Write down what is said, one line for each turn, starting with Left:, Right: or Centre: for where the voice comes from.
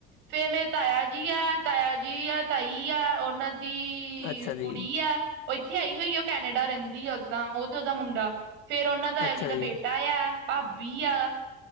Right: ਫੇਰ ਮੇਰੇ ਤਾਯਾ ਜੀ ਐ, ਤਾਯਾ ਜੀ ਆ ਤਾਈ ਆ ਔਨਾਂ ਦੀ
Left: ਅੱਛਾ ਜੀ,
Right: ਕੁੜੀ ਯੈ ਔ ਇੱਥੇ ਆਈ ਹੋਈ ਹੈ, ਓਹ ਕੈਨੇਡਾ ਰੈੰਦ ਦੀ ਔਦਾਂ ਓਹ ਤੇ ਓਦਾ ਮੁੰਡਾ। ਫੇਰ ਔਨਾਂ ਦਾ
Left: ਅੱਛਾ
Right: ਆ ਜਿਦਾ
Left: ਜੀ,
Right: ਬੇਟਾ ਯਾ ਭਾਬੀ ਆ।